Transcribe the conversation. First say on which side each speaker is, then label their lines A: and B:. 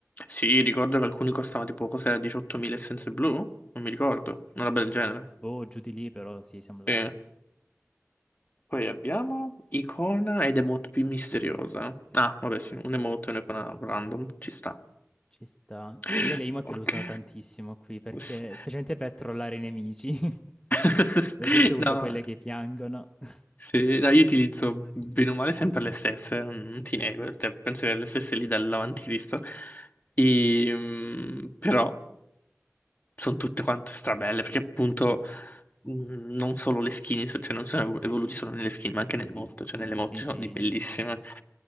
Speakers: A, on the left; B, on the left.
A: Sì, ricordo che alcuni costavano tipo cos'era 18.000 essenze blu? Non mi ricordo, una roba del genere.
B: Boh, giù di lì, però sì, siamo là.
A: Sì. Poi abbiamo icona ed emote più misteriosa. Ah, vabbè, sì, un emote e un'icona random, ci sta.
B: Ci sta.
A: <gasps>
B: Io le emote
A: Ok.
B: le usano tantissimo qui perché,
A: S-
B: specialmente per trollare i nemici. <laughs> Ad
A: <laughs>
B: esempio uso
A: No,
B: quelle che piangono. <laughs>
A: sì, no, io utilizzo bene o male sempre le stesse, non ti nego, cioè, penso che le stesse lì dall'avanti Cristo. E, mm, però sono tutte quante strabelle, perché appunto mh, non solo le skin, so- cioè non sono evol- evoluti solo nelle skin, ma anche nelle mod, cioè nelle mod
B: Sì,
A: ci
B: sì.
A: sono di bellissime.